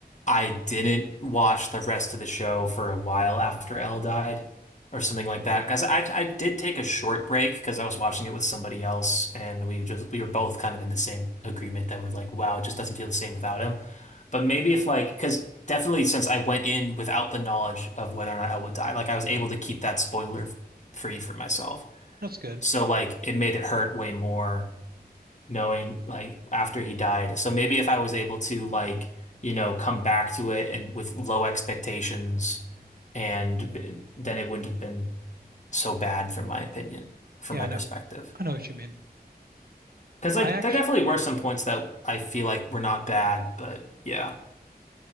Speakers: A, on the left; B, on the right.
A: I didn't watch the rest of the show for a while after Elle died or something like that. Because I I did take a short break because I was watching it with somebody else and we just we were both kind of in the same agreement that we're like, wow, it just doesn't feel the same without him. But maybe if like, because definitely since I went in without the knowledge of whether or not Elle would die, like I was able to keep that spoiler f- free for myself.
B: That's good.
A: So like it made it hurt way more knowing like after he died. So maybe if I was able to like, you know, come back to it and with low expectations and b- then it wouldn't have been so bad from my opinion, from
B: Yeah,
A: my
B: I know.
A: perspective.
B: I know what you mean.
A: Because like
B: I actually,
A: there definitely were some points that I feel like were not bad, but yeah,